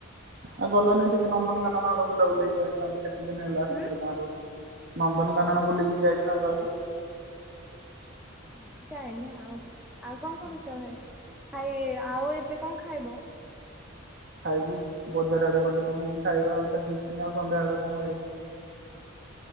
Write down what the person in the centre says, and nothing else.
ହୁଁ
ନା ଯାଇନି, ଆଉ ଆଉ କଣ କରୁଛ ଭାଇ, ଖାଇ ଆଉ ଏବେ କଣ ଖାଇବ?